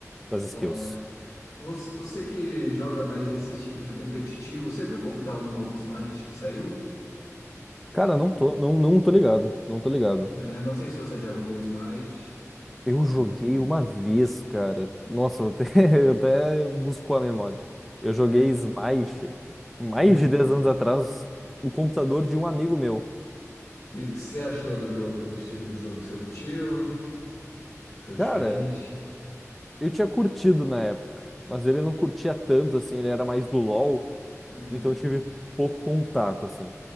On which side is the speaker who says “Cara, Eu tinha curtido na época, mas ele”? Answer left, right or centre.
Centre